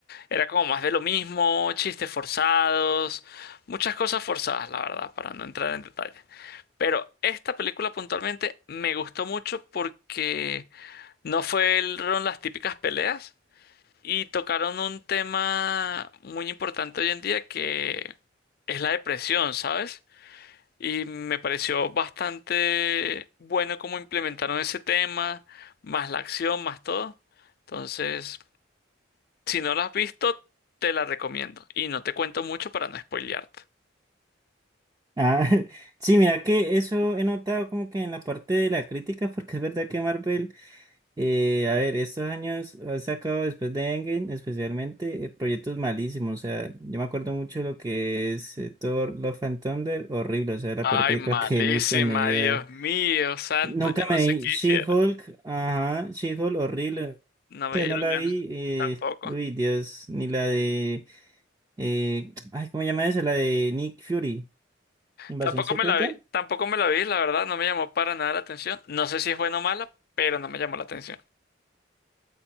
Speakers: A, on the left; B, on the right.
A: era como más de lo mismo, chistes forzados, muchas cosas forzadas, la verdad, para no entrar en detalle. Pero esta película puntualmente me gustó mucho porque no fueron las típicas peleas y tocaron un tema muy importante hoy en día que es la depresión, ¿sabes? Y me pareció bastante bueno cómo implementaron ese tema, más la acción, más todo. Entonces, si no la has visto, te la recomiendo. Y no te cuento mucho para no spoilearte.
B: Ah, <laughs> sí, mira que eso he notado como que en la parte de la crítica, porque es verdad que Marvel, eh, a ver, estos años ha sacado después de Endgame, especialmente, eh, proyectos malísimos. O sea, yo me acuerdo mucho lo que es eh, Thor, Love and Thunder, horrible. O sea, la
A: Ay,
B: peor película
A: malísima,
B: <laughs> que he visto en mi vida.
A: Dios mío, santo,
B: Nunca
A: yo no
B: me
A: sé
B: vi
A: qué
B: She-Hulk,
A: hiciera.
B: ajá, She-Hulk, horrible.
A: No me
B: Que
A: dieron
B: no la
A: ganas.
B: vi, eh,
A: Tampoco.
B: uy, Dios, ni la de, eh, ay, ¿cómo se llama esa? La de Nick Fury, Invasión
A: Tampoco
B: Secreta.
A: me la vi, tampoco me la vi, la verdad, no me llamó para nada la atención. No sé si es buena o mala, pero no me llamó la atención.